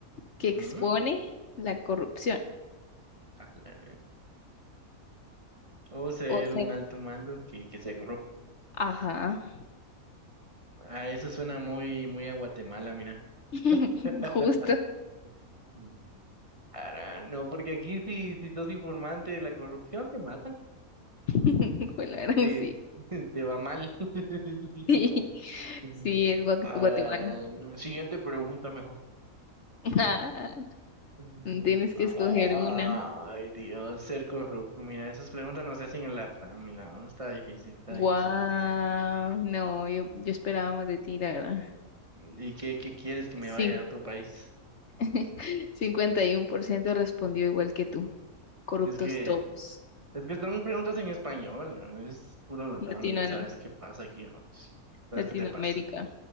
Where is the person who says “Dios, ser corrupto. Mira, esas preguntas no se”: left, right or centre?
Right